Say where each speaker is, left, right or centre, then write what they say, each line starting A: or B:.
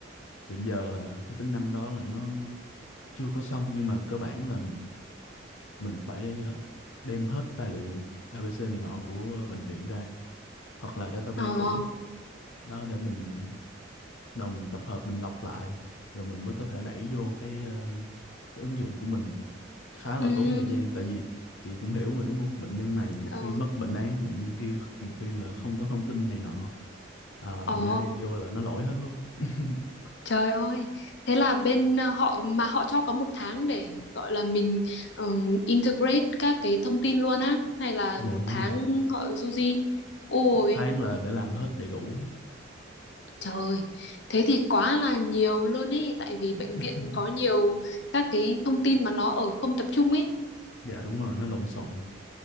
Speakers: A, on the left; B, on the left.
A: hiện giờ là cái tính năng đó là nó chưa có xong nhưng mà cơ bản là mình phải ờ, đem hết tài liệu ABC này nọ của ờ, bệnh viện ra hoặc là database
B: Ờ,
A: cũ đó để mình bắt đầu mình tập hợp mình lọc lại rồi mình mới có thể đẩy vô cái, ờ, cái ứng dụng của mình khá là
B: ừ,
A: tốn thời gian tại vì chị cũng hiểu mà đúng không bệnh nhân này nhiều
B: ờ,
A: khi mất bệnh án bệnh nhân kia nhiều khi là không có thông tin này nọ à,
B: ờ.
A: thành ra đem vô là nó lỗi hết luôn <laughs>
B: Trời ơi, thế là bên ờ, họ mà họ cho có một tháng để gọi là mình ờ, integrate các cái thông tin luôn á, hay là
A: dạ
B: một
A: đúng
B: tháng
A: rồi
B: họ du di? Ôi,
A: một tháng là để làm hết đầy đủ ấy
B: trời, thế thì quá là nhiều luôn ấy, tại vì
A: <laughs>
B: bệnh viện có nhiều các cái thông tin mà nó ở không tập trung ấy.
A: dạ đúng rồi nó lộn xộn